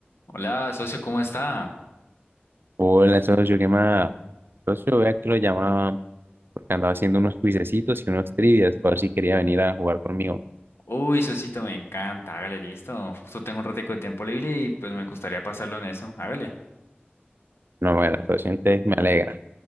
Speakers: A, on the left (about 85°); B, on the right (about 60°).
A: Hola, socio, ¿cómo está?
B: Hola, socio, ¿qué más? Socio, vea que lo llamaba porque andaba haciendo unos cuisecitos y unos trivias, por si quería venir a jugar conmigo.
A: Uy, socito, me encanta. Hágale, listo. Justo tengo un ratico de tiempo libre y pues me gustaría pasarlo en eso. Hágale.
B: No, bueno, socio, entonces me alegra.